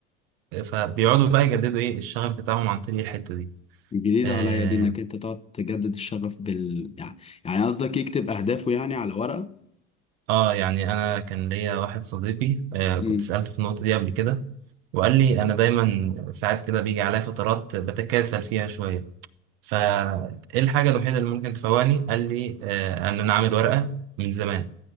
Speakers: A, on the right; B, on the left.
A: فبيقعدوا بقى يجددوا إيه الشغف بتاعهم عن طريق الحتة دي
B: جديدة
A: آه,
B: عليا دي انك انت تقعد تجدد الشغف بال يعني يعني قصدك يكتب اهدافه يعني على ورقة
A: آه يعني أنا كان ليا واحد صديقي آه
B: امم
A: كنت سألته في النقطة دي قبل كده وقال لي أنا دايما ساعات كده بيجي عليا فترات بتكاسل فيها شوية فايه الحاجة الوحيدة اللي ممكن تفوقني قال لي آه، ان انا اعمل ورقة من زمان